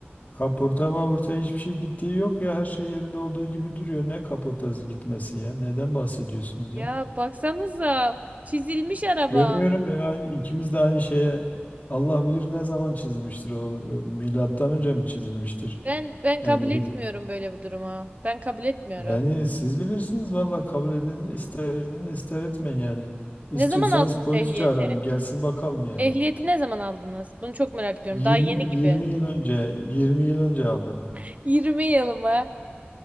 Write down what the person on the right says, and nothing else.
Ya
baksanıza çizilmiş araba.
Ben ben
kabul etmiyorum böyle bir durumu. Ben kabul etmiyorum.
Ne zaman aldınız
ehliyeti?
Ehliyeti ne zaman aldınız? Bunu çok merak ediyorum.
Daha yeni
gibi.
<laughs>
20 yıl mı?